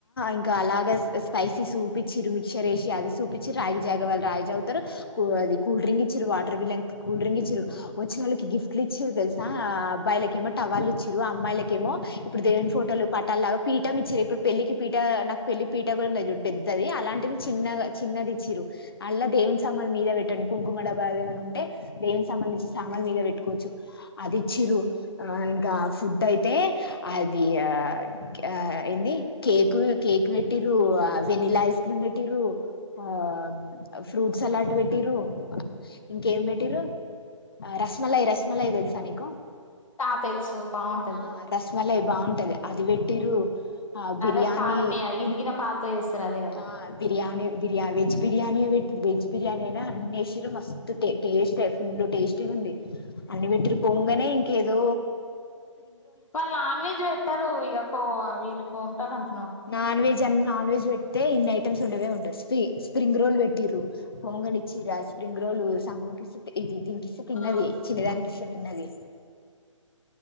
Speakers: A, on the left; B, on the left.
A: ఇంకా అలాగా స్పైసీ సూపిచ్చి మిక్సర్ వేసి అది సూపిచ్చి రాగి జా వాళ తరువాత అది కూల్ డ్రింక్ ఇచ్చారు వాటర్ మిలన్ కూల్డ్రింక్ ఇచ్చారు వచ్చిన వాళ్ళకి గిఫ్ట్ ట్లు ఇచ్చారు తెలుసా ఆ అబ్బాయిలకేమో టవర్లు ఇచ్చారు అమ్మాయిలకేమో ఇప్పుడు దేవుని ఫోటోలు పట్టాలలాగా పీఠం ఇచ్చారు ఇప్పుడు పెళ్లికి పీట నాకు పెళ్లి పీట గుర పెద్దది అలాంటిది చిన్నగా చిన్నది ఇచ్చారు అళ్లా దేవుని సామాలు మీద పెట్టండి కుంకుమడబ్బా ఏమన ఉంటే దేవునికి సంబందిచ్చి సామాన్ మీద పెట్టుకో చు అదిచిరు ఆ ఇంకా ఫుడ్ అయితే అది ఆ ఆ ఏంది కేక్ కేక్ పెట్టిరూ ఆ వెనిలా ఐస్ క్రీమ్ పెట్టిరూ ఆ ఫ్రూట్ సలాడ్ పెటిరు ఇంకేం పెట్టిరూ రస్మలై రస్మలై తెలుసా నీకు
B: ఆ తెలుసు బాగుంటది
A: ఆ రస్మలై బాగుంటది అది పెట్టిరు ఆ బిర్యానీ
B: అదే పాల మీ ఇరిగిన పాలతో చేస్తారు అదే కదా
A: ఆ బిర్యాణి బిర్యా వెజ్ బిర్యానీ ట్ వెజ్ బిర్యానీ అ అన్ని ఏసినరూ టేస్ట్ ఫుల్ టేస్ట్ ఉంది అ <unintelligible> పోంగనే ఇంక ఏదో
B: వాళ్ళు నాన్ వెజ్ పెట్టారు ఇక కో వీళ్ళు కోమంటాలంట
A: నాన్ వెజ్ అన నాన్ వెెజ్ పెడితే ఇన్ని ఐటమ్స్ ఉండవే ఉండవు స్ స్ప్రింగ్ రోల్ పెట్టి పొంగనే ఇచ్చిరా స్ప్రింగ్ రోల్ సామ్యు ఇది దీనికి ఇస్తే తిన్నది
B: ఆ
A: చినదానికి ఇస్తే తిన్నది